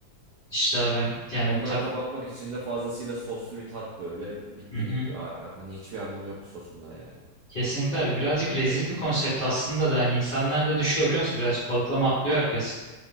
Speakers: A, on the left; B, on the right.
A: İşte abi yani
B: Onları
A: tab
B: kapatmak için de fazlasıyla soslu bir tat böyle bitti
A: hı hı.
B: gitti. A- Hani hiçbir anlamı yok sosunda yani.
A: Kesinlikle abi birazcık rezil bir konsept aslında da yani insanlar da düşüyor biliyor musun? Birazcık balıklama atlıyor herkes.